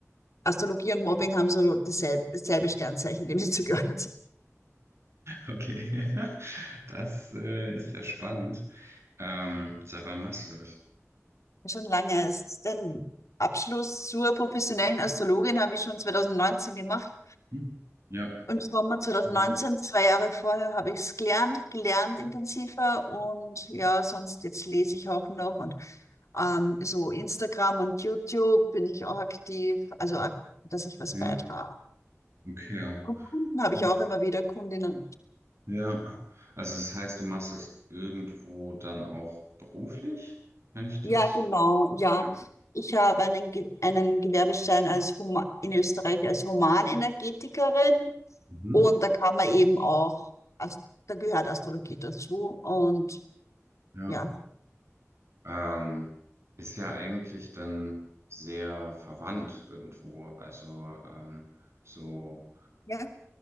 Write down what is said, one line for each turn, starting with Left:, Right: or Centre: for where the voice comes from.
Left: Astrologie und Mobbing haben so dieselbe, dasselbe Sternzeichen, dem sie zugehört sind.
Right: Okay, <laughs> das äh, ist ja spannend. Ähm, seit wann machst du das?
Left: <laughs> Schon lange. Es ist den Abschluss zur professionellen Astrologin habe ich schon 2019 gemacht.
Right: Hm? Ja.
Left: Im Sommer 2019,
Right: Ähm,
Left: zwei Jahre vorher, habe ich es gelernt, gelernt intensiver und ja, sonst jetzt lese ich auch noch und ähm, so Instagram und YouTube bin ich auch aktiv, also ak- dass ich was
Right: Ja,
Left: beitrage.
Right: okay.
Left: Und Kunden
Right: Cool.
Left: habe ich auch immer wieder Kundinnen.
Right: Ja, also das heißt, du machst das irgendwo dann auch beruflich, wenn ich das.
Left: Ja, genau, ja.
Right: Ja.
Left: Ich habe einen, Ge- einen Gewerbeschein als Huma in Österreich als Humanenergetikerin
Right: Mhm.
Left: und da kann man eben auch, Ast- da gehört Astrologie dazu und
Right: Ja.
Left: ja.
Right: Ähm, ist ja eigentlich dann sehr verwandt irgendwo. Also ähm, so.
Left: Ja,